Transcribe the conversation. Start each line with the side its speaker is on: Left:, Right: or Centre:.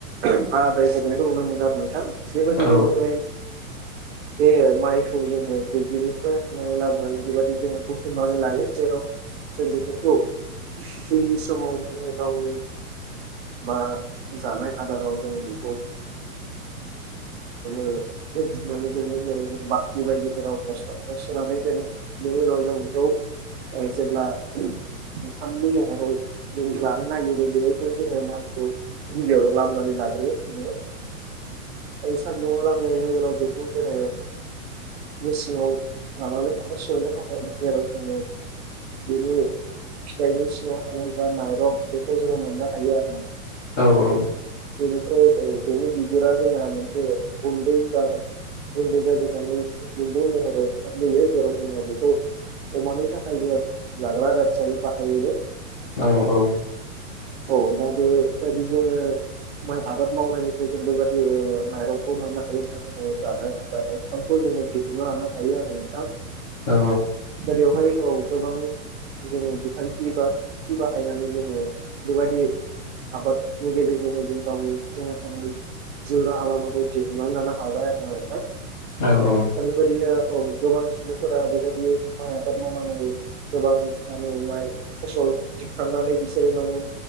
Right: आलादायै गबोनायखौ नुनो मोनो आरो। नोंथां बेबादिनो
Left: औ
Right: जोङो बे माइखौ जोङो दुब्लिनिफ्राय हानानै लाबोनानै, बेबादि जों हुख्रेमनानै लायो। जेराव जों बेफोरखौ उननि समाव गावनि बा जानाय आदाराव जों बेखौ <unintelligible> दुलि बायदिफोराव, बस्थाफोराव सोनानै दानो बेनि उनाव जों बेखौ ओ जेब्ला ओंखामनि महराव जों जानो नागिरो बेयावथ' जोङो माइखौ गिबियावनो लामनानै लाग्रोयो जोङो। ओइ सान्दुङाव लामनायनि उनाव बिखौ जोङो मेसिङाव लानानै थाङो सौनो थाखाय जेराव जोङो बिनि फिथाइनि सिङाव थानाय जा माइरं बेखौ जोङो मोननो हायो आरो ना।
Left: औ औ।
Right: बेनिफ्राय ओ बिनि बिगुरा जोंहा मोनसे गुन्दै <unintelligible> गुन्दै जाजोबनानै गुन्दैनि महराव ओंखारबोयो जेराव जोङो बेखौ अमानि थाखायबो जाग्रा आदार हिसाबै बाहायनो
Left: ओ औ।
Right: औ दाबो बायदि जोङो माइ आबाद मावनायनिफ्राय जों बेबादि ओ माइरंखौ मोननो हायो <unintelligible> जोङो जानाय आदार <unintelligible> ओंखामखौ जों दिहुनना लानो हायो आरो नोंथां।
Left: औ।
Right: दा बेवहाय औ गोबां जोङो बिखान्थि बा थि बाहायनानै जोङो बेबायदि आबादनि गेजेरजोंनो गावनि थांना थानायनि जिउ राहालामाखौ दिहुनानै लानो हाबाय आरोना नोंथां
Left: औ औ।
Right: दा बेबायदिनो औ गोबां सिन्दाफोरा नै दा बियो माय आबाद मावनानैबो गोबां माने माइ फसल दिखांनानै बिसोरो माने